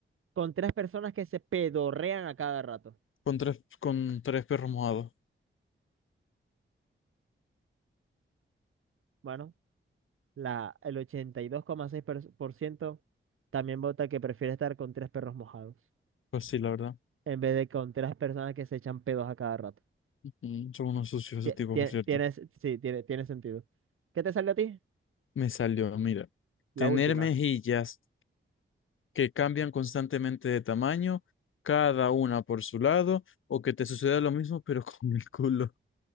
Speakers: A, on the right (about 85°); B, on the left (about 75°).
A: con tres personas que se pedorrean a cada rato?
B: Con tres, con tres perros mojados.
A: Bueno, la, el 82,6% también vota que prefiere estar con tres perros mojados.
B: Pues sí, la verdad.
A: en vez de con tres personas que se echan pedos a cada rato.
B: Ujú, Son unos sucios esos
A: Tie-
B: tipos,
A: tie-
B: por cierto.
A: Tienes, sí, tiene, tiene sentido. ¿Qué te salió a ti?
B: Me salió, mira.
A: La
B: Tener
A: última.
B: mejillas
A: <laughs>
B: que cambian constantemente de tamaño, cada una por su lado, o que te suceda lo mismo, <laughs> pero con el culo.